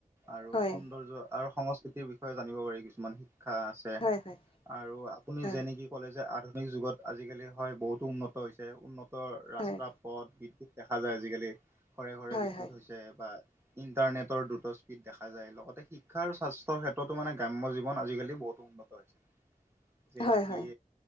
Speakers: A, on the right; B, on the left.
A: আৰু
B: হয়
A: সৌন্দৰ্য আৰু সংস্কৃতিৰ বিষয়ে জানিব পাৰি কিছুমান শিক্ষা আছে।
B: হয় হয়।
A: আৰু আপুনি
B: হয়
A: যেনেকি ক'লে যে আধুনিক যুগত আজিকালি হয় বহুতো উন্নত হৈছে, উন্নত ৰ ৰাস্তা
B: হয়
A: পথ বিদ্যুত দেখা যায় আজিকালি, ঘৰে ঘৰে
B: হয়
A: বিদ্যুত
B: হয়
A: হৈছে বা ইণ্টাৰনেটৰ দ্ৰুত স্পীড দেখা যায়, লগতে শিক্ষা আৰু স্বাস্থ্যৰ ক্ষেত্ৰতো মানে গ্ৰাম্য জীৱন আজিকালি বহুতো উন্নত হৈছে। যিয়ে
B: হয়
A: নেকি
B: হয়